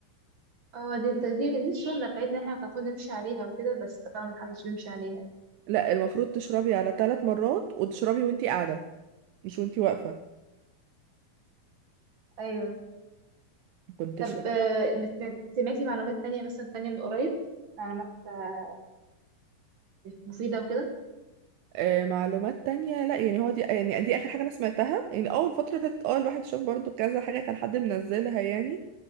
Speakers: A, on the right; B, on the right.
A: اه دي دي دي السنه بتاعتنا احنا كان المفروض نمشي عليها وكده بس طبعا ما حدش بيمشي عليها
B: لا المفروض تشربي على ثلاث مرات وتشربي وانتي قاعدة مش وانتي واقفة
A: ايوه
B: كنت
A: طب
B: شايفة
A: آه، بت- سمعتي معلومات تانية مثلا تانية من قريب معلومات آه، مفيده وكده
B: آه معلومات تانية لا يعني هو دي يعني دي آخر حاجة أنا سمعتها يعني أول الفترة اللي فاتت اه الواحد شاف برضو كذا حاجة كان حد منزلها يعني